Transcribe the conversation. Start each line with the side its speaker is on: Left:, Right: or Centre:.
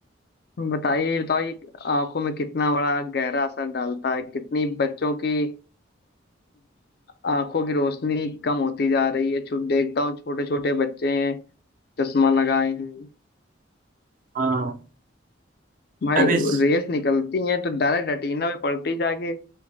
Left: बताइए बताइए आंखों में कितना बड़ा गहरा असर डालता है कितनी बच्चों की आंखों की रोशनी कम होती जा रही है छो, देखता हूँ छोटे छोटे बच्चे हैं चश्मा लगाए हैं
Right: हाँ
Left: भाई
Right: अब इस
Left: रेस निकलती है तो डायरेक्ट रेटिना पे पड़ती जाके